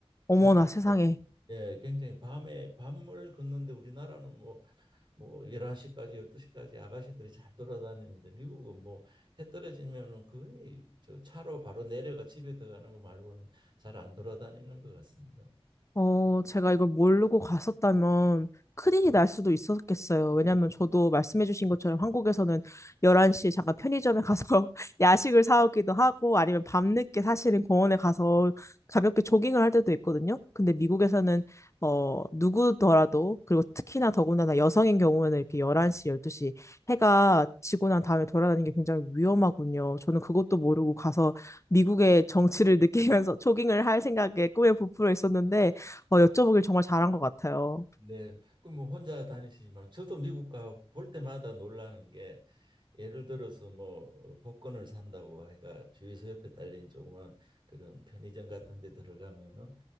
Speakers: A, on the left; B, on the right.
A: 어머나
B: 해서
A: 세상에.
B: 예, 굉장히 밤에 밤을 걷는데 우리나라는 뭐 뭐 11시까지 12시까지 아가씨들이 잘 돌아다니는데 미국은 뭐 해 떨어지면은 거의 저 차로 바로 내려가 집에 들어가는 거 말고는 잘 안 돌아다니는 것 같습니다.
A: 어, 제가 이걸 모르고 갔었다면 큰일이 날 수도 있었겠어요. 왜냐면 저도 말씀해주신 것처럼 한국에서는 11시에 잠깐 편의점에 가서 <laughs> 야식을 사오기도 하고 아니면 밤늦게 사실은 공원에 가서 가볍게 조깅을 할 때도 있거든요. 근데 미국에서는 어, 누구더라도 그리고 특히나 더군다나 여성인 경우에는 이렇게 11시, 12시 해가 지고 난 다음에 돌아다니는 게 굉장히 위험하군요. 저는 그것도 모르고 가서 미국의 정치를 느끼면서 <laughs> 조깅을 할 생각에 꿈에 부풀어 있었는데 어, 여쭤보길 정말 잘한 것 같아요.
B: 네, 그뭐 혼자 다니시지만 저도 미국 가 볼 때마다 놀라는 게 예를 들어서 뭐 복권을 산다고 해가 주유소 옆에 딸린 조그만 그런 편의점 같은 데 들어가면은